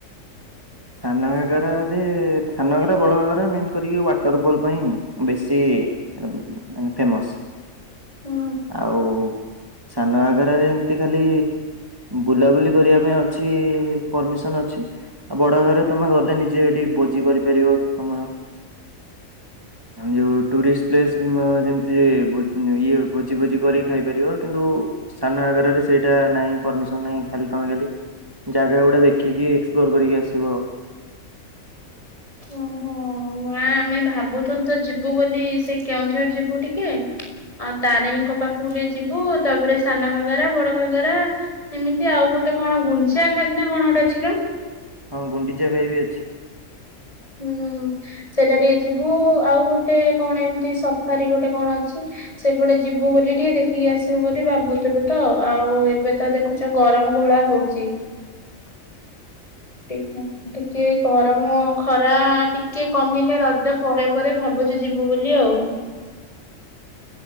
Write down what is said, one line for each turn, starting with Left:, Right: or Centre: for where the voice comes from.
Right: ସାନ ଘାଗରା ରେ ସାନରା ବଡାଗରା ମେନ୍ କରିକି ୱାଟର ଫଲ ପାଇଁ। ବେଶୀ ଫେମସ
Left: ହୁଁ
Right: ଆଉ ସାନ ଘାଗରାରେ ଏମିତି ଖାଲି ବୁଲାବୁଲି କରିବା ପାଇଁ ଅଛି ପରମିସନ୍ ଅଛି। ଆଉ ବଡ ଘାଗରା ତମେ ଗଲେ ନିଜେ ଏଠି ଭୋଜି କରିପାରିବ ତମର ଯୋଉ ଟୁରିଷ୍ଟ ପ୍ଲେସ ଯେମତି ଇଏ ଭୋଜି ଭୋଜି କରି ଖାଇପାରିବ କିନ୍ତୁ? ସାନ ଘାଗରରେ ସେଇଟା ନାହିଁ ପରମିସନ ନାହିଁ ଖାଲି ତମେ ଖାଲି ସେଠି ଜାଗା ଗୁଡା ଦେଖିକି ଏକ୍ସପ୍ଲୋର କରିକି ଆସିବ ଆଉ।
Left: ଓହୋ ନା ଆମେ ଭାବୁଥୁଲୁ ତ ଯିବୁ ବୋଲି ସେ କେଉଁଝର ଯିବୁ ଟିକେ ଆଉ ତାରିଣୀଙ୍କ ପାଖକୁ ଟିକେ ଯିବୁ ତାପରେ ସାନ ଘାଗରା ବଡ ଘାଗରା ଏମିତି ଆଉ ଗୋଟେ କଣ ଗୁଞ୍ଚା ଖାଡି ନା କଣ ଗୋଟେ ଅଛି ପା
Right: ହଁ ଗୁଣ୍ଡିଚା ଘାଇ ବି ଅଛି।
Left: ହୁଁ ସେଇଟା ଟିକେ ଯିବୁ ଆଉ ଗୋଟେ କଣ ଏମତି ସଫାରି ଗୋଟେ କଣ ଅଛି। ସେଇପଟେ ଯିବୁ ବୋଲି ଟିକେ ଦେଖିକି ଆସିବୁ ବୋଲି ଭାବୁଥିଲଥିଲୁ ତ ଆଉ ଏବେ ତ ଦେଖ ଆଛା ଗରମ କୋଉଭଳିଆ ହଉଛି।
Right: ହଁ <unintelligible>
Left: ଟିକେ ଗରମ ଖରା ଟିକେ କମିଲେ ରଜ ପରେ ପରେ ଭାବୁଛି ଯିବୁ ବୋଲି ଆଉ